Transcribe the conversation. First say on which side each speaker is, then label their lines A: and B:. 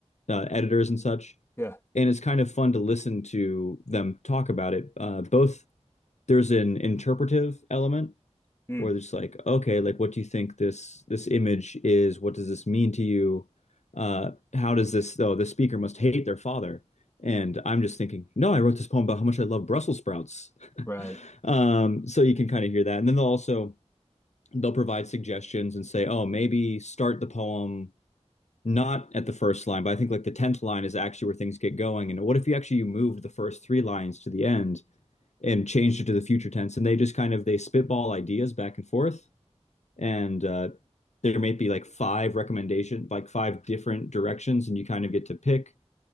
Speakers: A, on the left; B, on the left.
A: uh, editors and such.
B: yeah.
A: And it's kind of fun to listen to them talk about it. Uh, both there's an interpretive element
B: Mm,
A: where it's like, okay, like what do you think this this image is? What does this mean to you? Uh, how does this though? The speaker must hate their father. And I'm just thinking, no, I wrote this poem about how much I love Brussels sprouts. <laughs>
B: right.
A: Um, so you can kind of hear that. And then they'll also they'll provide suggestions and say, oh, maybe start the poem not at the first line, but I think like the tenth line is actually where things get going. And what if you actually you moved the first three lines to the end and changed it to the future tense, and they just kind of they spitball ideas back and forth, and uh, there may be like five recommendation, like five different directions, and you kind of get to pick